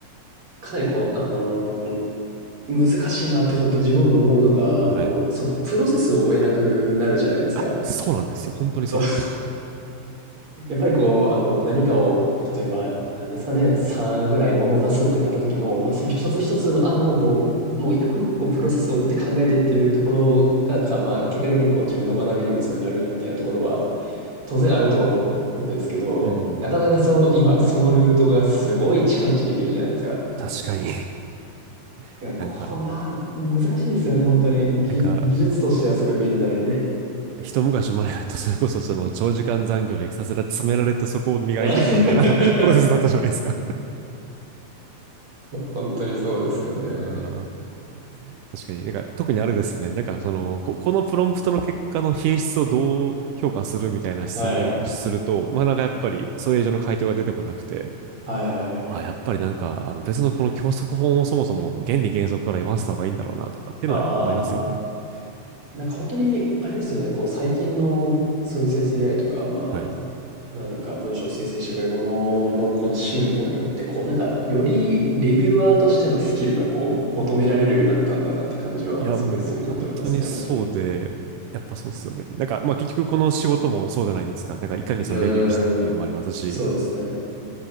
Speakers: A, on the right (about 35°); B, on the right (about 75°).
A: かなりこう、あの、難しいなって本当に自分も思うのが、
B: はい。
A: もう、そのプロセスを追えなくなるじゃないですか。
B: あ、そうなんですよ。本当にそうなんです。
A: そう、<laughs> やっぱりこう、あの、何かを、例えば、なんですかね、3ぐらいものを出すってなった時も、まあ、その一つ一つの案をこう、もう一個一個こうプロセスを追って考えてっていうところが、かまあ、結果的にこう自分の学びにもつながるみたいなところは、当然あると思うんですけど、
B: うんうんうん。
A: なかなかそう、今そのルートがすごい近道できるじゃないですか。
B: 確かに。<laughs>
A: いや、こうなん、
B: なんか、
A: 難しいですよね、本当に。技術、
B: なんか、
A: 技術としてはすごい便利なのにね。
B: 一昔前だと、それこそその長時間残業でひたすら詰められてそこを磨いていくみたいな
A: <laughs>
B: <laughs> プロセスだったじゃないですか。
A: 本当にそうですよね。
B: いやー確かに。なんか、特にあれですね。なんか、その、こ、このプロンプトの結果の品質をどう評価するみたいな質問をすると、
A: はい。
B: まあ、なんかやっぱり、それ以上の回答が出てこなくて、
A: はいはいはいはい。
B: あ、やっぱりなんか、あの、別のこの教則本をそもそも原理原則から読ませた方がいいんだろうなとかっていうのはやっぱ思いますよね。
A: ああ、なんか本当に、あれですよね、こう最近のそういう生成 AI とか、まあ、
B: はい。
A: 何か文章を生成してくれるもののこの進歩によって、こうなんかよりレビュアーとしてのスキルがこう求められるようになったんだなって感じはすごいするなって思いますね、
B: いや、もう、もう本当にそうで、
A: 本当に。
B: やっぱそうですよね。なんか、まあ、結局この仕事もそうじゃないですか。なんか、いかにそのレビューしてっていうのもありますし、
A: うーん。そうですね。